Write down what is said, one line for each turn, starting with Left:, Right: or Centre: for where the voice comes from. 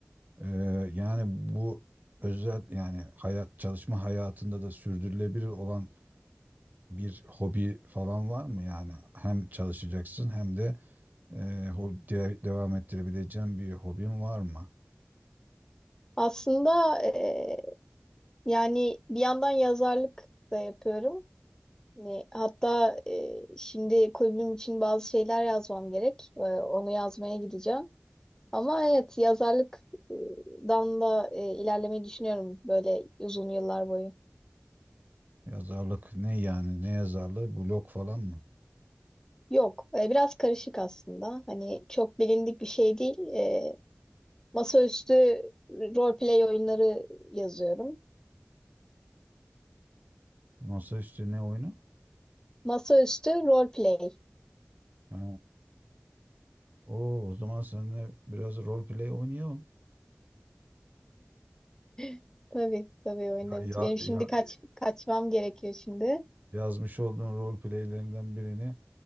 Right: e, yani bu özel yani hayat çalışma hayatında da sürdürülebilir olan bir hobi falan var mı yani hem çalışacaksın hem de e, ho- de- devam ettirebileceğin bir hobin var mı?
Left: aslında e, yani bir yandan yazarlık da yapıyorum. Ne, hatta e, şimdi kulübüm için bazı şeyler yazmam gerek. E, onu yazmaya gideceğim. Ama evet yazarlıktan da e, ilerlemeyi düşünüyorum böyle uzun yıllar boyu.
Right: Yazarlık ne yani ne yazarlığı blog falan mı?
Left: Yok, e, biraz karışık aslında. Hani çok bilindik bir şey değil. E, masaüstü role play oyunları yazıyorum.
Right: Masaüstü ne oyunu?
Left: Masaüstü role play.
Right: Ha. Oo, o zaman seninle biraz rol play oynayalım.
Left: <laughs> Tabii tabii oynarız.
Right: Ya, ya,
Left: Benim şimdi
Right: ya-
Left: kaç kaçmam gerekiyor şimdi.
Right: yazmış olduğun rol playlerinden birini